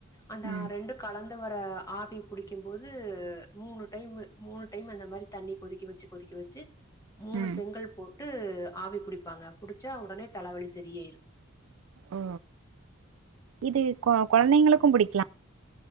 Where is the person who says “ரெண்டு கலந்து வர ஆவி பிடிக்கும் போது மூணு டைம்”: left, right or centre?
Left